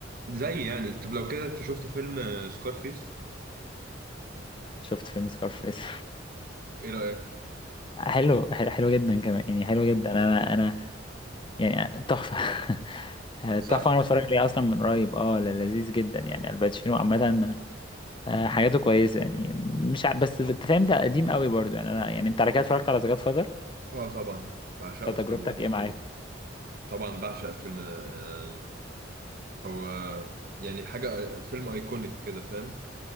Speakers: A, on the right (about 50°); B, on the left (about 25°).
A: زي يعني طب لو كده انت شفت فيلم سكارفيس
B: شفت فيلم سكارفيس
A: ايه رأيك
B: حلو حلو حلو جدا كمان يعني حلو جدا انا انا يعني تحفه <laughs>
A: صح
B: تحفه انا بتفرج عليه اصلا من قريب اه ل- لذيذ جدا يعني الباتشينو عامه آه، حاجاته كويسه يعني مش ع... بس انت فاهم ده قديم قوي برضو يعني انا يعني انت على كده اتفرجت على ذا جاد فاذر
A: اه طبعا بعشقه
B: تجربتك
A: الفيلم ده
B: ايه معاه
A: طبعا بعشق الفيلم ده آه هو يعني حاجة فيلم ايكونيك كده فاهم